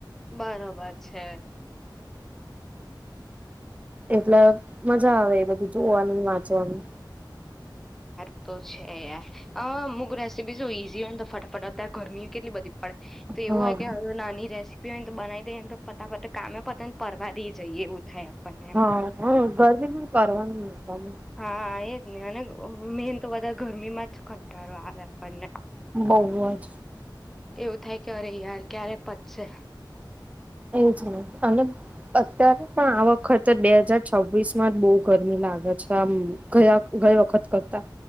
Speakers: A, in the centre; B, on the right.
A: બરોબર છે.
B: એટલે મજા આવે એ બધી જોવાનું, વાંચવાનું.
A: ઈ તો છે યાર. અમુક રેસીપી શું ઈઝી હોય ને તો ફટાફટ અતારે ઘરમી કેટલી બધી પડે તે
B: હા
A: એવુ હોય કે અહ નાની રેસિપીઓ હોય ને બનાવી દે ને તો ફટાફટ કામે પતે ને પરવા દી જઈએ એવું થાય આપણને એમ
B: હા, હા ગરમી નું કરવાનું તમે
A: હા એજ ને અને અહ મેન તો વધાર ઘરમીમાં જ કંટાળો આવે આપણને.
B: બોવ જ.
A: એવું થાય કે અરે યાર ક્યારે પતશે.
B: એજ ને, અને અત્યારે પણ આ વખત બે હાજાર છવ્વીસ માં જ બોવ ગરમી લાગે છે આમ ઘયા ગઈ વખત કરતા.